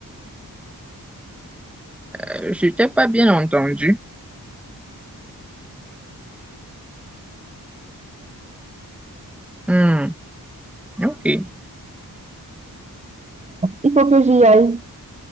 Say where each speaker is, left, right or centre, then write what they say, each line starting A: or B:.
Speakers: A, in the centre; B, on the right.
A: Euh, Je t'ai pas bien entendu. Hmm, ok.
B: il faut <laughs> que j'y aille.